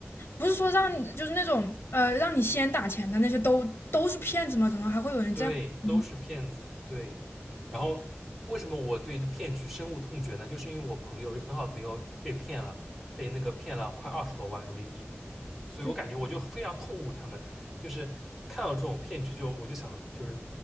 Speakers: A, on the left (about 50°); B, in the centre.
A: 不是说让就是那种呃让你先打钱的那些都都是骗子吗？怎么还会有人这样？
B: 对，
A: 嗯，
B: 都是骗子。对，然后为什么我对这骗局深恶痛绝呢？就是因为我朋友一个很好的朋友被骗了，被那个骗了快二十多万人民币。嗯，所以我感觉我就非常痛恶他们，
A: 就
B: 就是看到这种骗局就我就想，就是